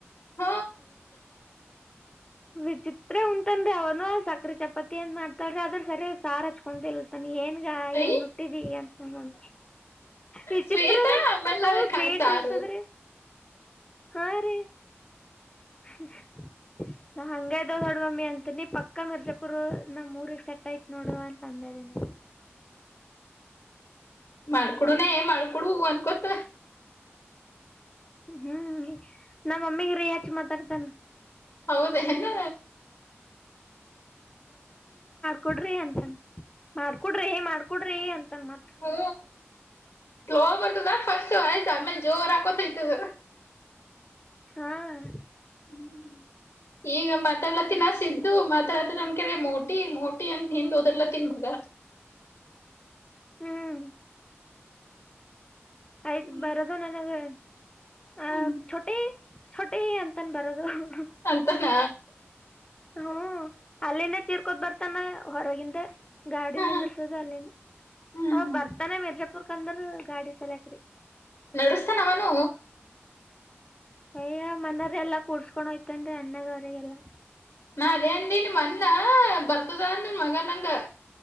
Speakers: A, on the left; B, on the left.
A: ಹ
B: ವಿಚಿತ್ರ ಉಂಡ್ತಾನ್ರೀ ಅವನು ಸಕ್ರೆ ಚಪಾತಿ ಅಂದ ಮಾಡ್ತಾಳ್ರಿ ಅದ್ರ ಸರಿ ಸಾರ್ ಹಚ್ಕೊಂತಲ್ತಾನಿ ಏನ್ ಈಗ
A: ಐ
B: ಏನ್ ಹಟ್ಟಿದಿ ಅಂತ ನಮ್ ಮಮ್ಮಿ ವಿಚಿತ್ರದ
A: ಶ್ವೇತಾ ಆಮೇಲೆ
B: ಅದ
A: ಕಾಯಿ
B: ಸ್ವೀಟ್
A: ಸಾರು
B: ಇರ್ತದ್ರೀ ಹಾ ರೀ <unintelligible> <unintelligible> ಯನ್ನ ಪಕ್ಕಾ ಮಿರ್ಜಾಪುರು ನಮ್ಮ್ ಮೂರಿಗ್ ಸೆಟ್ ಆಯತ್ ನೋಡು ಅ ಕಂಡರನೆ
A: ಮಾಡ್ಕೊಡುನ ಮಾಡ್ಕೊಡು ಅನ್ಕೊತ
B: ಹ್ಮ್ ಹ್ಮ್ ನಮ್ಮಮ್ಮಿಗ ರೀ ಹಚ್ ಮಾತಾಡ್ತಾನ-
A: ಹೌದೇನು
B: ಕೊಡ್ರಿ ಅಂತ್ ಮಾಡ್ಕೊಡ್ರಿ ಮಾಡ್ಕೊಡ್ರಿ ಅಂತನ್ ಮತ್
A: ಹೂ ಸ್ಲೋ ಬರ್ತದಾ ಫಸ್ಟ್ ವಾಯ್ಸ್ ಆಮೇಲೆ ಜೋರ ಹಾಕೋತಯ್ತದ
B: ಹಾ <inaudible>
A: ಹ್ಮ್ ಈಗ ಮಾತಾ <unintelligible> ಇದು ಮಾತ್ರತ್ರ ನನ್ಕರೆ ಮೋಟಿ ಮೋಟಿ ಅಂತ ನಿಿಂದ್ ಹೋದರ್ಲ ತಿನ್ ಮಗ
B: ಹ್ಮ್ <unintelligible> ಆಯ್ತ್ು
A: ಹ್ಮ್
B: ಬರದ ನನಗೆ ಆ
A: ಹ್ಮ್
B: ಛೋಟೇ ಛೊಟೆಯನ್ ನ್ ಬರದು ಹ್ಮ್ ಹ್ಮ್
A: ಅಂತಾನ
B: ಹ್ಮ್ ಹ್ಮ್ ಅಲ್ಲಿಂದ ಚೀರ್ಕೋತ್ ಬರ್ತಾನ ಹೊರಗಿಂದ ಗಾಡಿ
A: ಹಾ
B: ನಿಂದರ್ಸೋದು ಅಲ್ಲಿಂದ
A: ಹ್ಮ್
B: ಅವ ಬರ್ತಾನೆ ಮಿರ್ಜಪ್ಪ ಅ <unintelligible> ಗಾಡಿ ಸೆಲೆಕ್
A: ನಡೆಸ್ತಾನ ಅವನು
B: ಅಯ್ಯ ಮನಯವ್ರ ಎಲ್ಲಾ ಕೂಡ್ಸ್ಕೊಂಡ್ ಹೋಯ್ತನ್ ಅಣ್ಣದವ್ರರಿಗೆಲ್ಲಾ
A: ನಾ ಅದೇ ಅಂದಿ ನಿ ಮೊನ್ನ ಬರ್ತದ ಅಂದನ್ ಮಗ ನಂಗ